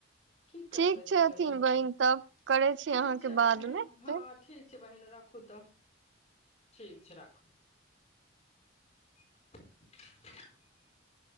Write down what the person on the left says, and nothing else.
की करबै
ताहि लए बहिन
ठीक
छै बहिन
हँ ठीक बहिन राखू तऽ ठीक छै राखू <inaudible>